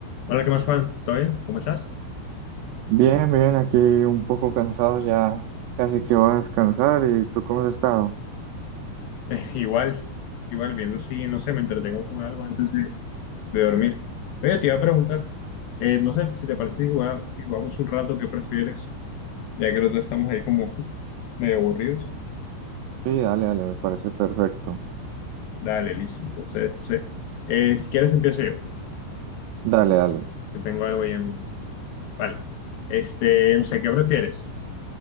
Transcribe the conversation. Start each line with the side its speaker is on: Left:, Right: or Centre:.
Left: Hola, ¿qué más, Juan? ¿Todo bien? ¿Cómo estás? <laughs>
Right: Bien, bien, aquí un poco cansado ya, casi que voy a descansar. ¿Y tú cómo has estado?
Left: Eh, igual, igual viendo si, no sé, me entretengo con algo antes de, de dormir. Oye, te iba a preguntar, eh, no sé si te parece si jugamos, si jugamos un rato, ¿qué prefieres? Ya que los dos estamos ahí como medio aburridos.
Right: Sí, dale, dale, me parece perfecto.
Left: Dale, listo. Entonces, no sé, eh, si quieres empiezo yo,
Right: Dale, dale.
Left: que tengo algo ahí en mente. Vale. Este, no sé, ¿qué prefieres?